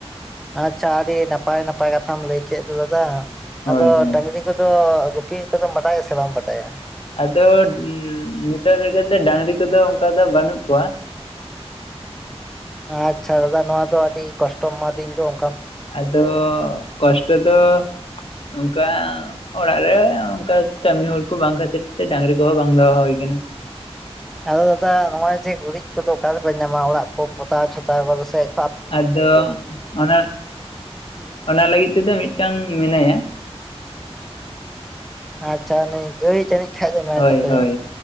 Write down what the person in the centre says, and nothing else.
ᱟᱪᱪᱷᱟ ᱟᱹᱰᱤ ᱱᱟᱯᱟᱭ ᱱᱟᱯᱟᱭ ᱠᱟᱛᱷᱟᱢ ᱞᱟᱹᱭ ᱠᱮᱫ ᱫᱚ ᱫᱟᱫᱟ
ᱟᱫᱚ
ᱰᱟᱹᱟᱝᱨᱤ ᱠᱚᱫᱚ ᱜᱩᱯᱤ ᱠᱚᱫᱚᱢ ᱵᱟᱰᱟᱭᱟ ᱥᱮ ᱵᱟᱢ ᱵᱟᱰᱟᱭᱟ ᱾
ᱟᱪᱪᱷᱟ ᱫᱟᱫᱟ ᱱᱚᱣᱟ ᱫᱚ ᱟᱹᱰᱤ ᱠᱚᱥᱴᱚ ᱢᱟ ᱫᱤᱱ ᱫᱚ ᱾
ᱟᱫᱚ ᱫᱟᱫᱟ ᱱᱚᱜᱼᱚᱭ ᱡᱮ ᱜᱩᱨᱤᱡ ᱠᱚᱫᱚ ᱚᱠᱟ ᱨᱮᱯᱮ ᱧᱟᱢᱟ ᱚᱲᱟᱜ ᱠᱚ ᱯᱚᱛᱟᱣ ᱪᱷᱚᱛᱟᱣ ᱵᱟᱫᱚ ᱥᱮᱫ?
ᱟᱪᱪᱷᱟ ᱱᱤ ᱜᱟᱹᱭ ᱡᱟᱹᱱᱤᱡ ᱠᱷᱟᱱᱡ ᱮᱢᱟᱭ
ᱛᱟᱯᱮᱭᱟ